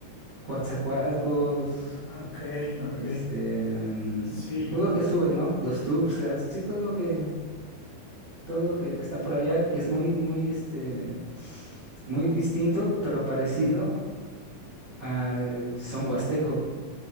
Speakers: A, on the right; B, on the left.
A: Coatzacoalcos,
B: ok, ok,
A: este, mm,
B: sí,
A: todo lo que sube, ¿no? Los Tuxtlas, sí, todo lo que, todo lo que está por allá, que es muy, muy, este, muy distinto, pero parecido
B: ujú,
A: al son huasteco.